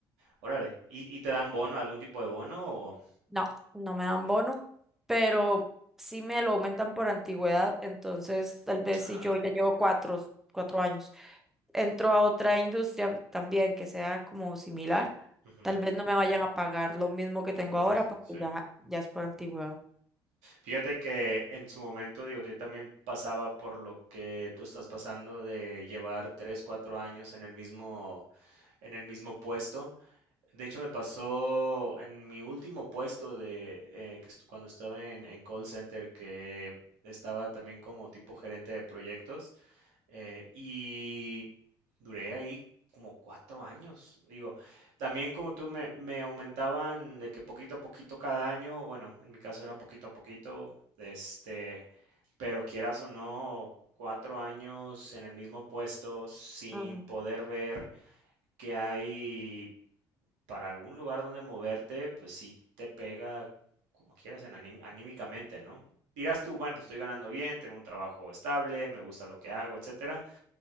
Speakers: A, on the right; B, in the centre.
A: órale. ¿Y, y te dan bono, algún tipo de bono o
B: No, no me dan
A: no?
B: bono, pero sí me lo aumentan por antigüedad, entonces tal vez
A: Ah,
B: si yo
A: ya.
B: ya llevo cuatro, cuatro años, entro a otra industria también que sea como similar,
A: Ujú.
B: tal vez no me vayan a pagar lo mismo que tengo
A: Lo
B: ahora
A: mismo,
B: porque
A: sí.
B: ya, ya es por antigüedad.
A: Fíjate que en su momento, digo, yo también pasaba por lo que tú estás pasando de llevar tres, cuatro años en el mismo en el mismo puesto. De hecho, me pasó en mi último puesto de eh, que estu- cuando estaba en, en call center, que estaba también como tipo gerente de proyectos eh, y duré ahí como cuatro años. Digo, también como tú me, me aumentaban de que poquito a poquito cada año, bueno, en mi caso era poquito a poquito, este, pero quieras o no, cuatro años en el mismo puesto sin
B: Ujú,
A: poder ver que hay para algún lugar donde moverte, pues sí te pega como quieras en aní- anímicamente, ¿no? Dirás tú, bueno, estoy ganando bien, tengo un trabajo estable, me gusta lo que hago, etcétera,